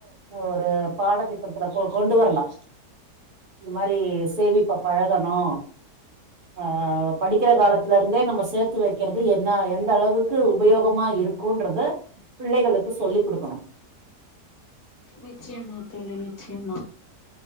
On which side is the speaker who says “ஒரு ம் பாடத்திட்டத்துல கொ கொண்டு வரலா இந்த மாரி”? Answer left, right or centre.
Right